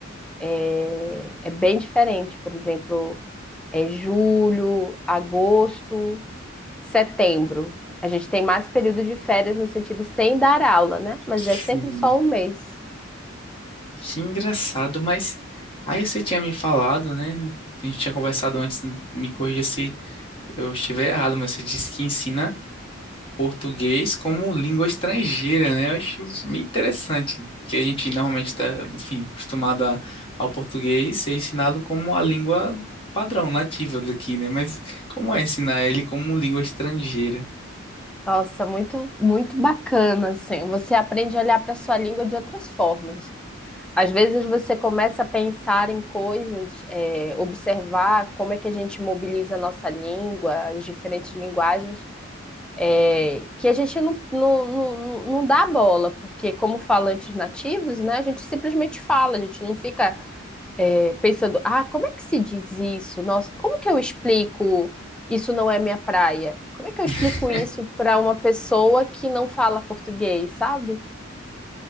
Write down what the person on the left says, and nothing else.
sim.
Que engraçado, mas aí você tinha me falado, né? A gente tinha conversado antes, me corrija se eu estiver errado, mas você disse que ensina português como língua estrangeira, né? Eu acho meio interessante, que a gente normalmente está, enfim, acostumado a- ao português ser ensinado como a língua padrão, nativa daqui, né? Mas como é ensinar ele como língua estrangeira?
<laughs>